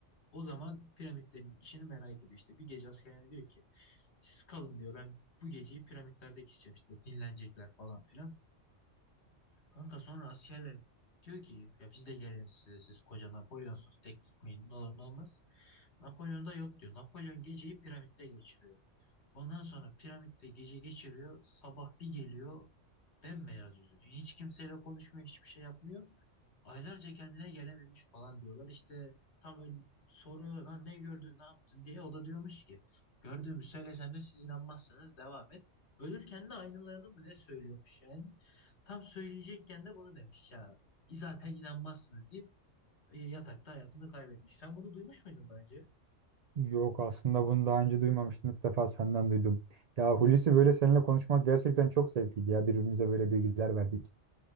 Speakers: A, on the left (about 60°); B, on the right (about 55°).
A: o zaman piramitlerin işini merak ediyor işte. Bir gece askerine diyor ki siz kalın diyor ben bu geceyi piramitlerde geçeceğim işte dinlenecekler falan filan. Kanka sonra askerler diyor ki ya biz de gelelim size siz koca Napolyonsunuz tek gitmeyin ne olur ne olmaz. Napolyon da yok diyor. Napolyon geceyi piramitte geçiriyor. Ondan sonra piramitte gece geçiriyor. Sabah bir geliyor bembeyaz yüzü. Hiç kimseyle konuşmuyor hiçbir şey yapmıyor. Aylarca kendine gelememiş falan diyorlar. İşte tam öyle soruyorlar lan ne gördün ne yaptın diye. O da diyormuş ki gördüğümü söylesem de siz inanmazsınız devam et. Ölürken de aynılarını mı ne söylüyormuş yani. Tam söyleyecekken de bunu demiş ya. Zaten inanmazsınız deyip e, yatakta hayatını kaybetmiş. Sen bunu duymuş muydun daha önce?
B: Yok aslında bunu daha önce duymamıştım. İlk defa senden duydum. Ya Hulusi böyle seninle konuşmak gerçekten çok zevkliydi ya. Birbirimize böyle bilgiler verdik.